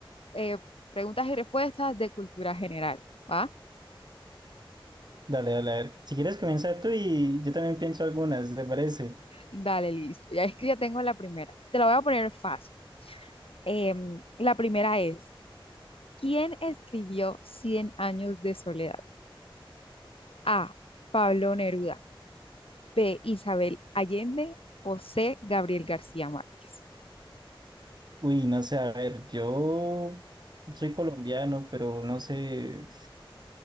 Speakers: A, on the left; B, on the right.
A: eh, preguntas y respuestas de cultura general, ¿va?
B: Dale, dale, a ver. Si quieres comenzar tú y yo también pienso algunas, ¿te parece?
A: Dale, listo. Ya es que ya tengo la primera. Te la voy a poner fácil. Em, la primera es, ¿quién escribió Cien años de soledad? A. Pablo Neruda. B. Isabel Allende. O C. Gabriel García Márquez.
B: Uy, no sé, a ver, yo soy colombiano, pero no sé.